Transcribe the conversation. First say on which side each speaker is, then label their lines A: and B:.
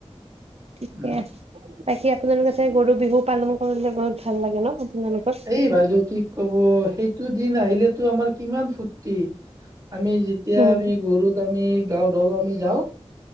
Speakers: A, on the right (about 65°); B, on the right (about 30°).
A: ঠিকে
B: উম
A: আছে বাকী আপোনালোকে গৰু বিহু পালনো কৰিলে ভাল লাগে ন আপোনালোকৰ?
B: এই বাইদেউ কি ক'ব সেইটো দিন আহিলেতো আমাৰ। কিমান ফুট আমি যেতিয়া
A: উম,
B: আমি গৰুক আমি গাও ধ আমি যাওঁ